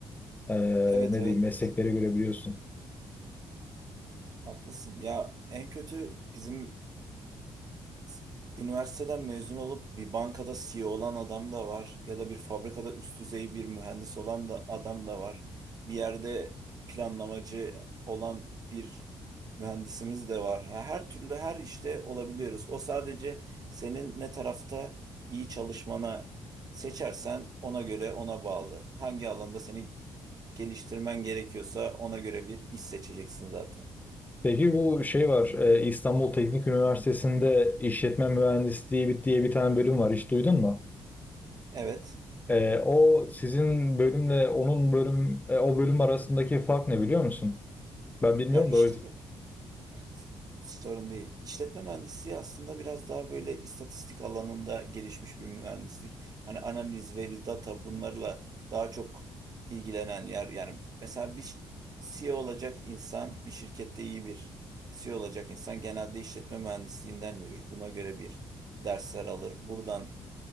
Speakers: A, on the left (about 15°); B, on the right (about 40°).
A: E,
B: Evet
A: ne
B: evet
A: diyeyim meslekleri görebiliyorsun.
B: haklısın. Ya en kötü bizim s- üniversiteden mezun olup bir bankada CEO olan adam da var. Ya da bir fabrikada üst düzey bir mühendis olan da adam da var. Bir yerde planlamacı olan bir mühendisimiz de var. Ya her türlü her işte olabiliyoruz. O sadece senin ne tarafta iyi çalışmana seçersen ona göre ona bağlı. Hangi alanda seni geliştirmen gerekiyorsa ona göre bir iş seçeceksin zaten.
A: Peki bu şey var, e, İstanbul Teknik Üniversitesi'nde işletme mühendisliği bir- diye bir tane bölüm var. Hiç duydun mu?
B: Evet.
A: E, o sizin bölümle onun bölüm e, o bölüm arasındaki fark ne biliyor musun? Ben bilmiyorum
B: Ya işletme
A: da o yüzden.
B: <laughs> sorun değil. İşletme mühendisliği aslında biraz daha böyle istatistik alanında gelişmiş bir mühendislik. Hani analiz, veri, data bunlarla daha çok ilgilenen yer. Yani mesela bir CEO olacak insan, bir şirkette iyi bir CEO olacak insan genelde işletme mühendisliğinden yürür. Buna göre bir dersler alır. Buradan